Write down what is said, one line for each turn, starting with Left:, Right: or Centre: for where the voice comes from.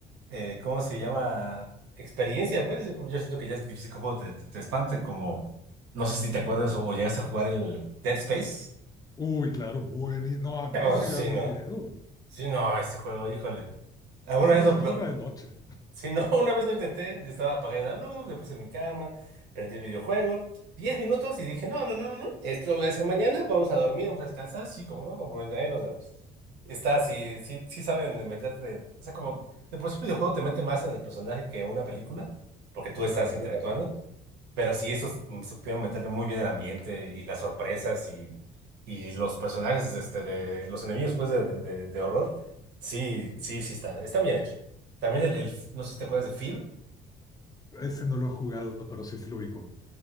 Right: eh, ¿cómo se llama? Experiencia, pues yo yo siento que ya es difícil que un juego te, te, te espante, como, no sé si te acuerdas o, o llegaste a jugar el Dead Space.
Left: Uy, claro, bueno. y- No, a mí
Right: Oh,
Left: me sigue
Right: sí,
Left: dando
Right: no.
Left: miedo.
Right: Sí, no, ese juego, híjole. ¿Alguna
Left: Ese
Right: vez
Left: no
Right: lo,
Left: se
Right: lo,
Left: juega de noche,
Right: Si no, <laughs> una vez lo intenté, estaba apagada la luz, me puse en mi cama, prendí el videojuego, 10 minutos y dije, no, no, no, no, no, esto lo voy a hacer mañana, vamos a dormir, vamos a descansar, sí, como no, vamos, ahí nos vemos. Está, sí, sí, sí saben meterte, o sea, como de por sí un videojuego te mete más en el personaje que una película, porque tú
Left: claro.
Right: estás Claro. interactuando, pero sí, esos mm, supieron meterle muy bien el ambiente y las sorpresas y, y los personajes este, de los enemigos pues, de, de, de- de horror. Sí, sí, sí está, está bien hecho. También el, el- no sé si te acuerdas de Fear.
Left: Ese no lo he jugado, pero sí se lo ubico.